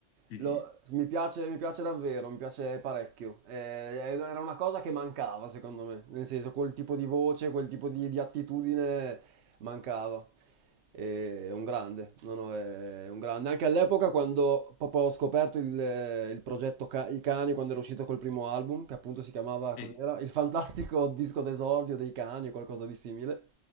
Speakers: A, on the left (about 85°); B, on the right (about 70°).
A: sì,
B: lo-
A: sì,
B: mi piace, mi piace davvero, mi piace parecchio, Eh, eh, era una cosa che mancava secondo me, nel senso quel tipo di voce, quel tipo di, di attitudine mancava. E È un grande, no, no, è un grande. Anche all'epoca quando proprio ho scoperto il, il progetto Ca- I Cani, quando era uscito col primo album, che appunto si chiamava, cos'era?
A: sì,
B: Il fantastico disco d'esordio dei cani o qualcosa di simile.